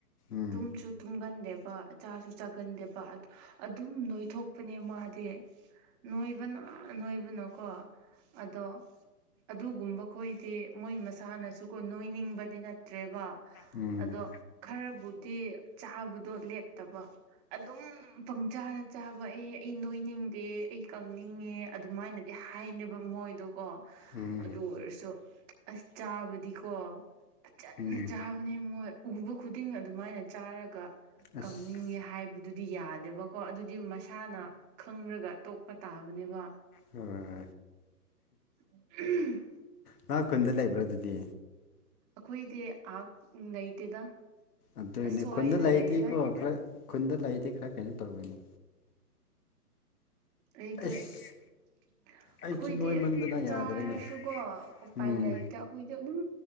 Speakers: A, on the left; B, on the right.
A: ꯎꯝ
B: ꯇꯨꯝꯁꯨ ꯇꯨꯝꯒꯟꯗꯦꯕꯆꯥꯥꯁꯨ ꯆꯥꯒꯟꯗꯦꯕ ꯑꯗꯨꯝ ꯅꯣꯏꯊꯣꯛꯄꯅꯦ ꯃꯥꯗꯤ ꯅꯣꯏꯕꯅ ꯅꯣꯏꯕꯅꯣꯀꯣ ꯑꯗꯣ ꯑꯗꯨꯒꯨꯝꯕ ꯈꯣꯏꯗꯤ ꯃꯣꯏ ꯃꯁꯥꯅꯁꯨꯀꯣ ꯅꯣꯏꯅꯤꯡꯕꯗꯤ ꯅꯠꯇ꯭ꯔꯦꯕ
A: ꯎꯝ
B: ꯑꯗꯣ ꯈꯔꯕꯨ ꯆꯥꯕꯗꯣ ꯂꯦꯠꯇꯕ ꯑꯗꯨꯝ ꯄꯪꯆꯥꯥꯔ ꯆꯥꯕ ꯑꯦ ꯑꯩ ꯅꯣꯏꯅꯤꯡ ꯈꯪꯗꯦ ꯑꯩ ꯀꯪꯅꯤꯡꯉꯦ ꯑꯗꯨꯃꯥꯏꯅꯗꯤ ꯍꯥꯏꯅꯦꯕ ꯃꯣꯏꯗꯣꯀꯣ
A: ꯎꯝ
B: ꯑꯗꯨ ꯑꯣꯏꯔꯁꯨ ꯑꯁ ꯆꯥꯕꯗꯤꯀꯣ ꯆꯟꯅ
A: ꯎꯝ
B: ꯆꯥꯕꯅꯦ ꯃꯣꯏ ꯎꯕ ꯈꯨꯗꯤꯡ ꯑꯗꯨꯃꯥꯏꯅ ꯆꯥꯔꯒ
A: ꯑꯁ
B: ꯀꯪꯅꯤꯡꯉꯦ ꯍꯥꯏꯕꯗꯤ ꯑꯗꯨꯗꯤ ꯌꯥꯗꯦꯕꯀꯣ ꯑꯗꯨꯗꯤ ꯃꯁꯥꯅ ꯈꯪꯔꯒ ꯇꯣꯛꯄ ꯇꯥꯕꯅꯦꯕ
A: ꯍꯣꯏ
B: <inaudible>
A: ꯉ ꯈꯨꯟꯗ ꯂꯩꯕ꯭ꯔꯥ ꯑꯗꯨꯗꯤ
B: ꯑꯩꯈꯣꯏꯗꯤ ꯑꯥꯛ ꯂꯩꯇꯦꯗ
A: ꯑꯗꯨ ꯑꯗꯨ
B: ꯑꯁ꯭ꯋꯥꯏꯗ
A: ꯏꯅꯦ ꯈꯨꯗ ꯂꯥꯏꯇꯀꯣꯈ
B: ꯂꯩꯌꯦꯗ
A: ꯈꯨꯟꯗ ꯂꯩꯗꯤꯦ ꯈꯔ ꯀꯩꯅꯣ ꯇꯧꯒꯅꯤ
B: ꯑꯩꯒꯤ
A: ꯑꯩꯁ
B: ꯑꯩꯈꯣꯏꯗꯤ
A: ꯑꯩꯁꯨ ꯅꯣꯏꯃꯟꯗꯅ
B: ꯆꯥꯔꯁꯨꯀꯣ
A: ꯌꯥꯗ꯭ꯔꯦꯅꯦ
B: ꯎꯄꯥꯏ
A: ꯎꯝ
B: ꯂꯩꯇꯦ ꯑꯩꯈꯣꯏꯗꯤ ꯑꯗꯨꯝ